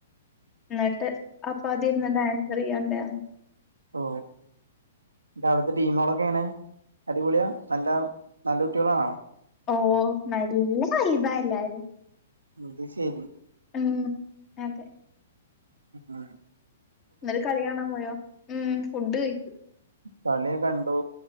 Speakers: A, on the left; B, on the right.
A: എന്നിട്ട് അപ്പൊ അതി <unintelligible> ആൻസർ ചെയ്യണ്ടേ
B: ഓ ന്റവിടുത്തെ ടീമൊളൊക്കെ എങ്ങനെ അടിപൊളിയ നല്ല നല്ലോട്ടിളാണോ
A: ഓ നല്ല വൈബായെല്ലാരും
B: അത് ശരി
A: ഉം അതെ
B: ആ
A: എന്നിട്ട് കളി കാണാൻ പോയോ ഉം ഫുഡ് കഴിച്ചു
B: കളി കണ്ടു